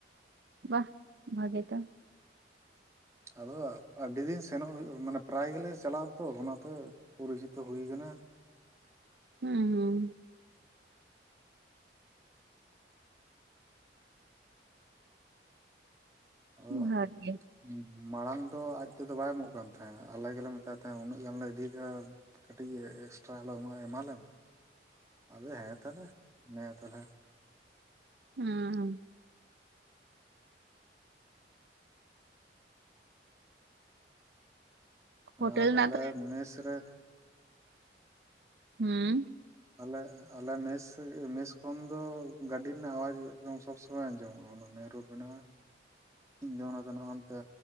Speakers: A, on the right; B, on the right.
A: ᱵᱟᱦ ᱵᱷᱟᱜᱮ ᱛᱚ
B: ᱟᱫᱚ ᱟᱹᱰᱤ ᱫᱤᱱ ᱥᱮᱱᱚᱜ ᱦᱩᱭᱩᱜ ᱢᱟᱱᱮ ᱯᱨᱟᱭ ᱜᱮᱞᱮ ᱪᱟᱞᱟᱜ-ᱟ ᱛᱚ ᱚᱱᱟᱛᱮ ᱯᱚᱨᱤᱪᱤᱛᱚ ᱦᱩᱭ ᱟᱠᱟᱱᱟ <unintelligible>
A: ᱦᱮᱸ ᱦᱸ
B: ᱟᱫᱚ
A: ᱵᱷᱟᱜᱮ
B: ᱦᱮᱸ ᱢᱟᱲᱟᱝ ᱫᱚ ᱟᱡ ᱛᱮᱫᱚ ᱵᱟᱭ ᱮᱢᱚᱜ ᱠᱟᱱ ᱛᱟᱦᱮᱸᱫ ᱟᱞᱮ ᱜᱮ ᱞᱮ ᱢᱮᱛᱟᱭ ᱛᱟᱦᱮᱸᱫ ᱩᱱᱟᱹᱜ ᱜᱟᱱ ᱞᱮ ᱤᱫᱤ ᱭᱮᱫᱟ ᱠᱟᱹᱴᱤᱡ ᱮᱠᱥᱴᱨᱟ ᱟᱞᱮ ᱮᱢᱟᱞᱮᱢ ᱟᱫᱚ ᱦᱮᱸ ᱛᱟᱦᱚᱞᱮ ᱱᱮ ᱛᱟᱦᱚᱞᱮ
A: ᱦᱩᱸ ᱦᱳᱴᱮᱞ
B: ᱟᱨ
A: ᱨᱮᱱᱟᱜ
B: ᱟᱞᱮ
A: ᱫᱚ
B: ᱢᱮᱥ ᱨᱮ
A: ᱦᱮᱸ
B: ᱟᱞᱮ ᱟᱞᱮ ᱢᱮᱥ ᱢᱮᱥ ᱠᱷᱚᱱ ᱫᱚ ᱜᱟᱹᱰᱤ ᱨᱮᱱᱟᱜ ᱟᱣᱟᱡᱽ ᱮᱠᱫᱚᱢ ᱥᱚᱵᱽ ᱥᱚᱢᱚᱭ ᱟᱸᱡᱚᱢᱚᱜᱼᱟ ᱚᱱᱟ ᱮ ᱨᱳᱰ ᱢᱮᱱᱟᱜᱼᱟ ᱤᱧ ᱫᱚ ᱚᱱᱟ ᱛᱮ ᱱᱟᱜ ᱦᱟᱱᱛᱮ